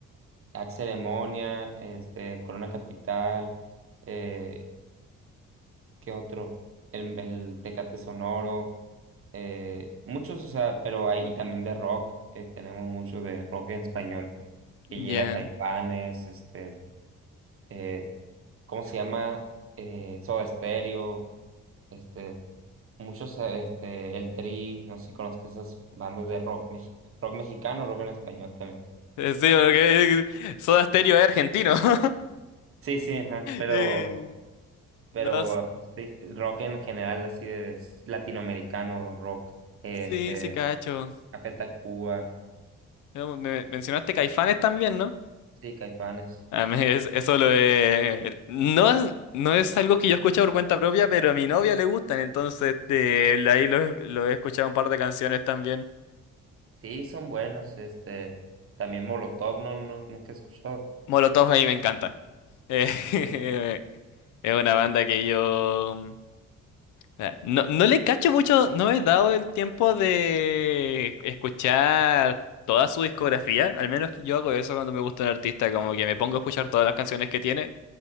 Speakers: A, on the right; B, on the left.
A: Axe Ceremonia, este, Corona Capital, eh, ¿qué otro? El, el Tecate Sonoro, eh, muchos, o sea, pero hay, y también de rock, eh, tenemos mucho de rock en español, que
B: Ya.
A: llega Caifanes, este, eh, ¿cómo se llama? Eh, Soda Stereo, este, muchos, eh, este, El Tri, no sé si conozco esas bandas de rock, mexi- rock mexicano, rock en español también.
B: Eh, Sí, porque Soda Stereo es argentino. <laughs>
A: Sí, sí, ajá, pero...
B: Eh,
A: pero
B: no,
A: ah, pues, sí, rock en general, así de s- latinoamericano, rock, este,
B: sí, sí, cacho.
A: Café Tacuba,
B: Me- me- Mencionaste Caifanes también, ¿no?
A: sí, Caifanes,
B: A mí es- eso lo de... No es, no es algo que yo escuche por cuenta propia, pero a mi novia le gustan, entonces eh, ahí lo, lo he escuchado un par de canciones también.
A: sí, son buenos, este, también Molotov, no, no, nunca he escuchado,
B: Molotov ahí me encanta. Eh,
A: sí,
B: <laughs> es una banda que yo... eh, No, no le cacho mucho, no me he dado el tiempo de escuchar toda su discografía, al menos yo hago eso cuando me gusta un artista, como que me pongo a escuchar todas las canciones que tiene,